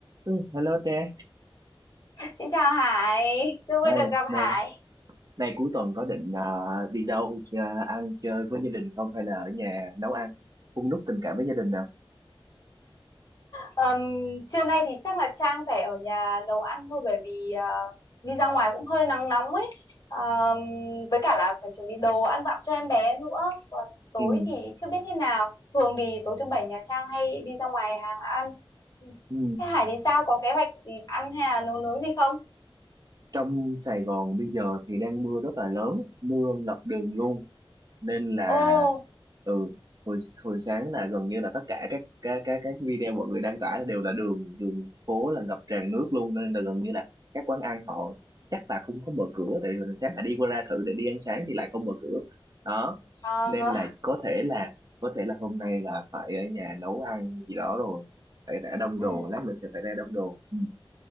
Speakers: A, on the right; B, on the left.
A: Ừ, Hello Trang,
B: Xin chào Hải, rất
A: này,
B: vui được gặp
A: này,
B: Hải.
A: này cuối tuần có định à, đi đâu à, ăn chơi với gia đình không hay là ở nhà nấu ăn, hun đúc tình cảm với gia đình nào?
B: Ờm, trưa nay thì chắc là Trang phải ở nhà nấu ăn thôi bởi vì ờ, đi ra ngoài cũng hơi nắng nóng ấy. Ờm, với cả là phải chuẩn bị đồ ăn dặm cho em bé nữa. Còn tối
A: Ừ.
B: thì chưa biết thế nào. Thường thì tối thứ bảy nhà Trang hay đi ra ngoài hàng ăn. Ừ.
A: Ừ.
B: Thế Hải thì sao? Có kế hoạch ừ, ăn hay là nấu nướng gì không?
A: Trong Sài Gòn bây giờ thì đang mưa rất là lớn, mưa ngập đường luôn.
B: Ừ.
A: nên là
B: Ồ,
A: ừ hồi hồi sáng là gần như là tất cả các các các các video mọi người đăng tải đều là đường đường phố là ngập tràn nước luôn nên là gần như là các quán ăn họ chắc là không có mở cửa tại vì hồi sáng là đi qua ra thử để đi ăn sáng thì lại không mở cửa đó
B: ờ,
A: nên là có thể là có thể là hôm nay là phải ở nhà nấu ăn gì đó rồi phải ra đông
B: ừ.
A: đồ lát mình sẽ phải ra đông đồ Ừ.